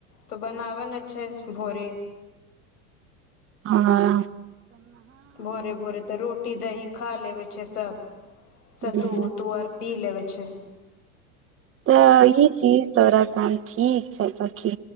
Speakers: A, on the left; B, on the right.
A: तऽ बनाबै ने अच्छ भोरे
B: हँ
A: भोरे भोरे तऽ रोटी द ही खा लेबै छै सब स
B: हम्म,
A: तू तुअर पी लेव छै
B: तऽ ई चीज तोरा कन ठीक छौ सखी